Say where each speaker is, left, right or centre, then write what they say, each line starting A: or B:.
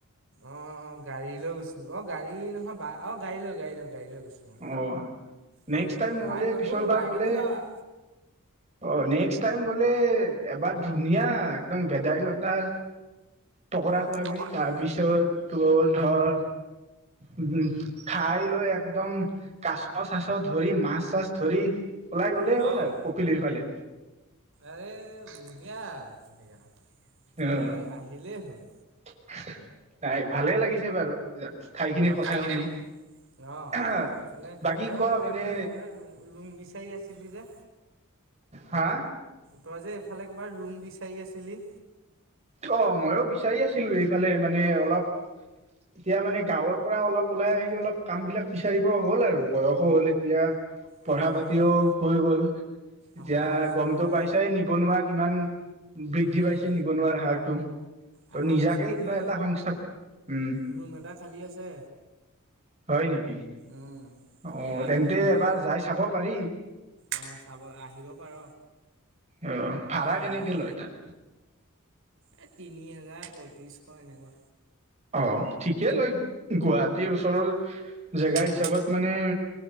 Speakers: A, on the right; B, on the right.
A: অ গাড়ী লৈ গৈছ অ গাড়ী নহয় বা অ গাড়ী লৈ গাড়ী লৈ গাড়ী লৈ গৈছিলো
B: অ
A: উম
B: নেক্সট টাইম নহ'লে
A: বাইকতো
B: পিছৰ বাৰ
A: বাইকতো
B: গ'লে
A: যাআ
B: অ নেক্সট টাইম গলে এবাৰ ধুনীয়া একদম ভেদাইলতাৰ পকৰা খোৱাবি
A: পাৰ
B: তাৰপিছত তৌৰ ধৰ উম খাই লৈ একদম কাছ চাছ ধৰি মাছ চাছ ধৰি ওলাই গ'লে
A: অ',
B: হল আৰু পুলিৰ ফালে
A: আৰে বঢ়িয়া জেগা
B: অ
A: তই আহিলেই হ'ল
B: <unintelligible> নাই ভালে লাগিছে বাৰু জাগ ঠাই খিনিৰ কথা
A: ঠাইখিনি
B: শুনি
A: অ',
B: আ হা
A: এইফালে
B: বাকী
A: তই
B: ক
A: এইফালে
B: মানে
A: কিবা ক'ৰবাত ৰুম ৰুম বিচাৰি আছিলি যে
B: হা।
A: তই যে এইফালে কবাৰ ৰুম বিচাৰি আছিলি।
B: অ' মইও বিচাৰি আছিলো এইফালে মানে অলপ এতিয়া মানে গাঁৱৰ পৰা অলপ ওলাই আহি অলপ কাম বিলাক বিচাৰিব হ'ল আৰু বয়সো হ'ল এতিয়া।
A: অ',
B: পঢ়া পাতিও হৈ গ'ল, এতিয়া
A: আমাৰ ওচৰতে
B: গমটো পাইছয়ে নিবনুৱা কিমান বৃদ্ধি
A: উম,
B: পাইছে নিবনুৱাৰ। আৰুটো তই
A: আমাৰ
B: নিজাকে
A: ওচৰতে
B: কিবা এটা সংস্থাপন উম।
A: ৰুম এটা খালী আছে
B: হয় নেকি।
A: উম,
B: অ'
A: এই আগ
B: তেন্তে
A: আগৰ
B: এবাৰ যাই চাব পাৰি।
A: অ', চাব আহিব পাৰ
B: অ' ভাড়া
A: আমাৰ
B: কেনেকে লয় তাত।
A: এই তিনি হেজাৰ পঁয়ত্ৰিছশ এনেকুৱা।
B: অ'। ঠিকেই লয় গুৱাহাটীৰ ওচৰৰ। <inaudible> জেগা
A: অ',
B: হিচাপত মানে